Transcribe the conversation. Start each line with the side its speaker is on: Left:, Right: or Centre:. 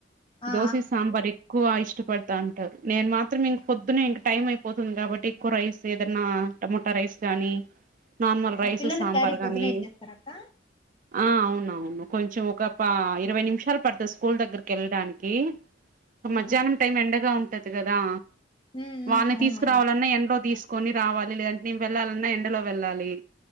Left: ఆ
Right: దో సి సాంబార్ ఇ ఎక్కువ ఇష్టపడతా అంటారు నేను మాత్రం ఇంక పొద్దున్నే ఇంక టైం అయిపోతుంది కాబట్టి ఎక్కువ రైస్ ఏదన్న టమటా రైస్ గానీ నార్మల్
Left: ఆ
Right: రైస్
Left: పిల్లలు
Right: సాంబార్
Left: క్యారీ పొద్దునే
Right: గానీ
Left: ఇచ్చేస్తార అక్క
Right: ఆ అవునా అవును కొంచెం ఒక ఆ ఇరవై నిమిషాలు పడుతది స్కూల్ దగ్గరకి కేళ్ళడానికి ఒక
Left: ఆహా
Right: మధ్యాహ్నం టైం ఎండగా ఉం పట్టతుకదా
Left: ఉమ్ ఉమ్
Right: వాళ్ని
Left: అవునవును
Right: తీసుకురావాలన్నా ఎండ్లో తీసు కొని రావాలి లేదంటే నేము వెళ్లాలన్నా ఎండలో వెళ్ళాలి